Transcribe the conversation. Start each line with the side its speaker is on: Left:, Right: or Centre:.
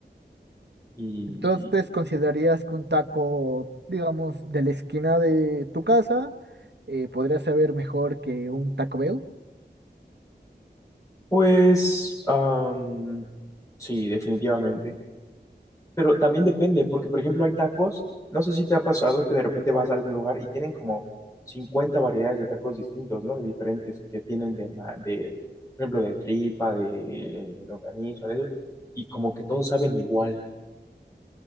Left: Y
Right: Entonces, ¿considerarías que un taco, digamos, de la esquina de tu casa eh, podría saber mejor que un Taco Bell?
Left: pues, am, sí, definitivamente. Pero también depende, porque por ejemplo hay tacos, no sé si te ha pasado que de repente vas a algún lugar y tienen como 50 variedades de tacos distintos, ¿no? De diferentes que tienen de, ma- de, por ejemplo, de tripa, de longaniza, de eso, y como que todos saben igual.